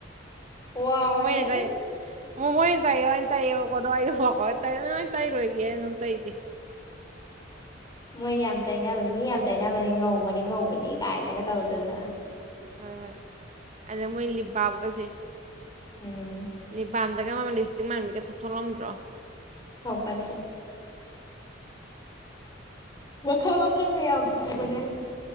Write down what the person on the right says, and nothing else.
ꯃꯣꯏ
ꯇꯥꯏ
ꯑꯣ ꯃꯣꯏꯅ ꯇꯥꯏꯌꯣꯅ ꯇꯩꯌꯦꯕꯀꯣꯗꯣ ꯑꯩ ꯋꯥꯎꯋꯦ ꯇꯂꯦ ꯇꯩꯔꯣꯏꯒꯦꯅ ꯑꯗꯨꯝ ꯇꯩꯗꯦ
ꯎꯝ ꯍꯣꯏ ꯍꯣꯏ ꯑꯗ ꯃꯣꯏ ꯂꯤꯞꯕꯥꯞꯀꯁꯦ
ꯂꯤꯞꯕꯥꯝꯗꯒ ꯑꯃ ꯂꯤꯞꯁꯇꯤꯛ ꯃꯥꯟꯕꯤꯒ ꯊꯣꯠ ꯊꯣꯛꯂꯝꯗ꯭ꯔꯣ